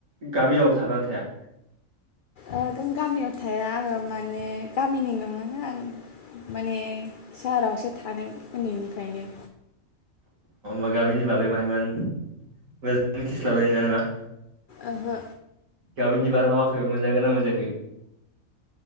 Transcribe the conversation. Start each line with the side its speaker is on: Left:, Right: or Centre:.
Right: गामिआव थागान ना थाया
Left: ओ गामियाव थाया आङो माने गामिनि नङोना आं माने सोहारावसो थादों उन्दैनिफ्रायनो
Right: ओ गामिनि बागै बाहायमोन मोजां मिथिस्लाबनाय नङा नामा?
Left: ओहो
Right: गाबिनि बारहावाखौ मोनजागोन ना मोनजायाखै